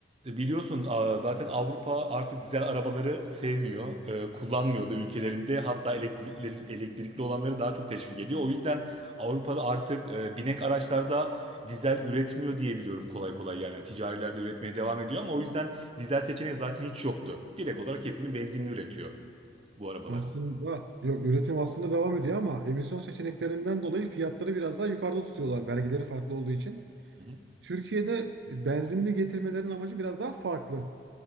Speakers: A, on the right; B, on the right.
A: E, Biliyorsun a- zaten Avrupa artık dizel arabaları sevmiyor, e, kullanmıyor da ülkelerinde hatta elektrikli, elektrikli olanları daha çok teşvik ediyor. O yüzden Avrupa'da artık e, binek araçlarda dizel üretmiyor diye biliyorum kolay kolay yani ticarilerde üretmeye devam ediyor ama o yüzden dizel seçeneği zaten hiç yoktu. Direkt olarak hepsini benzinli üretiyor bu arabaların.
B: Aslında yok üretim aslında devam ediyor ama emisyon seçeneklerinden dolayı fiyatları biraz daha yukarıda tutuyorlar vergileri farklı olduğu için.
A: Hı hı.
B: Türkiye'de e, benzinli getirmelerin amacı biraz daha farklı.